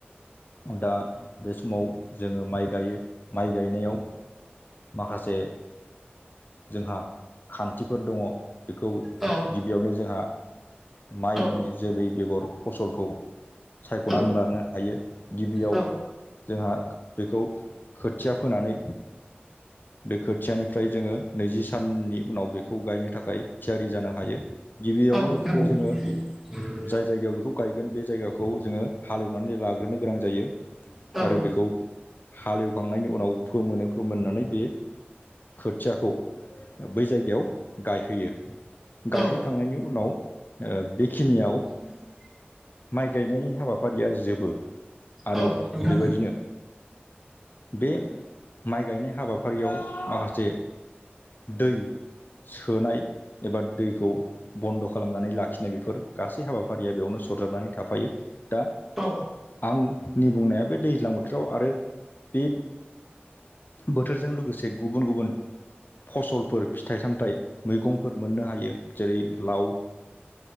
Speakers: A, on the left (about 55°); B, in the centre.
A: दा बे समाव जोङो माइ गायो माइ गायनायाव माखासे जोंहा खान्थिफोर दङ बेखौ
B: औ
A: बेयावनो जोंहा माइनि
B: औ
A: जोलै बेगर फसलखौ सायख'नानै
B: औ
A: लानो हायो गिबियाव
B: औ
A: जोंहा बेखौ खोथिया फोनानै बे खोथियानिफ्राय जोङो नैजि साननि उनाव बेखौ गायनो थाखाय थियारि जानो होन हायो गिबियावनो
B: औ नोंथां
A: बेखौ जोङो
B: <inaudible>
A: जाय जायगायाव बेखौ गायगोन बे जायगाखौ जोङो हालेवनानै लाग्रोनो गोनां जायो।
B: औ
A: आरो बेखौ हालेवखांनायनि उनाव फोमोनो फोमोननानै बे खोथियाखौ बै जायगायाव गायहैयो
B: औ
A: गायहैखांनायनि उनाव बेखिनियाव
B: <inaudible>
A: माइ गायनायनि हाबाफारिया जोबो आरो
B: औ नोंथां
A: बेबायदिनो बे माइ गायनाय हाबाफारियाव माखासे दै सोनाय एबा दैखौ बन्द' खालामनानै लाखिनाय बेफोर गासै हाबाफारिया बेयावनो स फोद्राबनानै थाफायो दा
B: औ
A: आंनि बुंनाया बे दैज्लां बोथोराव आरो बे बोथोरजों लोगोसे गुबुन गुबुन फसलफोर फिथाइ सामथाइ मैगंफोर मोननो हायो जेरै लाव